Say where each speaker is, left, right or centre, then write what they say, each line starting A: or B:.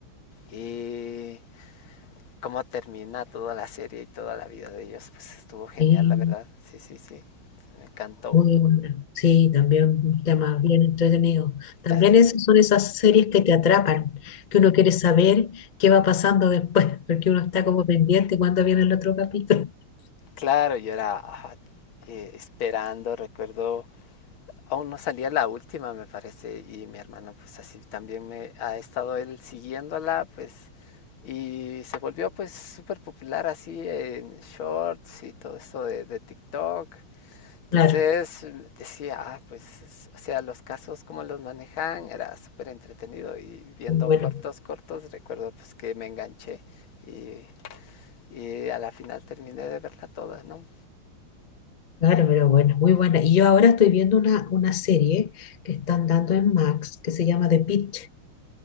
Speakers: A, on the left; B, on the left.
A: Y cómo termina toda la serie y toda la vida de ellos, pues estuvo genial,
B: sí.
A: la verdad. Sí, sí, sí. Me encantó.
B: Muy buena. Sí, también un tema bien entretenido. También
A: Es-
B: esas son esas series que te atrapan, que uno quiere saber qué va pasando después, <laughs> porque uno está como pendiente cuando viene el otro capítulo. <laughs>
A: Claro, yo era ajá, eh, esperando, recuerdo Aún no salía la última, me parece, y mi hermano pues así también me ha estado él siguiéndola, pues, y se volvió pues súper popular así en shorts y todo eso de, de TikTok. Entonces
B: Claro,
A: decía, ah, pues, o sea, los casos como los manejan era súper entretenido y viendo
B: muy bueno.
A: cortos, cortos, recuerdo pues que me enganché y, y a la final terminé de verla toda, ¿no?
B: Claro, pero bueno, muy buena. Y yo ahora estoy viendo una, una serie que están dando en Max que se llama The Pitt.